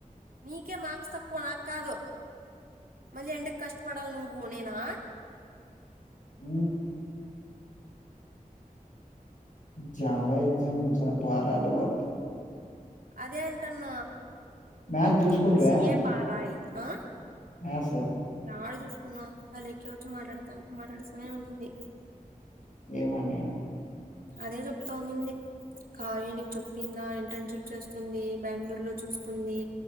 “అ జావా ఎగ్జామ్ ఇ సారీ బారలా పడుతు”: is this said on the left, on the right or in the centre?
Left